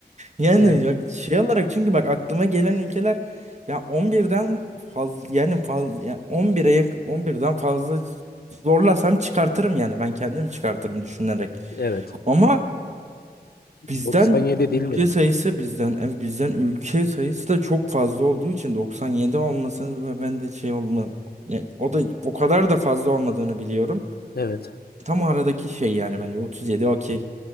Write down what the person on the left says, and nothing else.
Yani
evet.
97 değil
midir?
Evet.